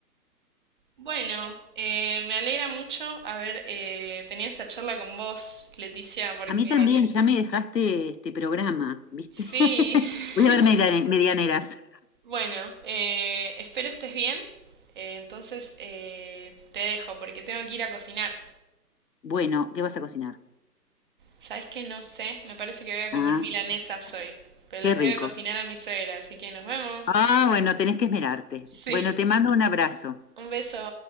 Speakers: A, on the right; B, on the left.
A: Bueno, eh, me alegra mucho haber eh, tenido esta charla con vos, Leticia, porque
B: A mí también ya me dejaste este programa, ¿viste?
A: sí.
B: <laughs>
A: <laughs>
B: Voy a ver mediane- medianeras.
A: Bueno, eh, espero estés bien. Eh, entonces eh, te dejo porque tengo que ir a cocinar.
B: Bueno, ¿qué vas a cocinar?
A: ¿Sabes qué? No sé. Me parece que voy a comer
B: Ah,
A: milanesas hoy. Pero le
B: qué
A: tengo
B: rico.
A: que cocinar a mi suegra, así que nos vemos.
B: Ah, bueno, tenés que esmerarte.
A: Sí,
B: Bueno, te mando un abrazo.
A: un beso.